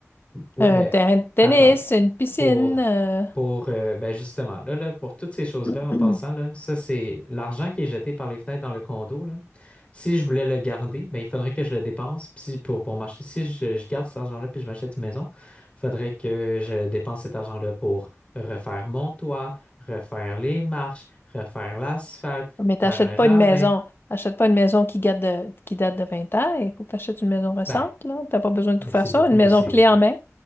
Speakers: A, on the left; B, on the left.
A: oui,
B: euh,
A: ben,
B: un terrain de tennis,
A: attends là.
B: une piscine,
A: Pour,
B: euh,
A: pour euh, ben justement, là, là, pour toutes ces choses-là,
B: <clears throat>
A: en passant, là, ça, c'est l'argent qui est jeté par les fenêtres dans le condo, là. Si je voulais le garder, ben, il faudrait que je le dépense. Puis si- pour, pour m'acheter, si je, je garde cet argent-là puis je m'achète une maison, il faudrait que je dépense cet argent-là pour refaire mon toit, refaire les marches, refaire l'asphalte,
B: mais t'achètes
A: faire un jardin.
B: pas une maison. Achète pas une maison qui date de, qui date de 20 ans. Il faut que t'achètes une maison récente,
A: Ben,
B: là. T'as pas besoin de
A: mais
B: tout faire
A: c'est
B: ça.
A: beaucoup,
B: Une maison
A: c'est.
B: clé en main.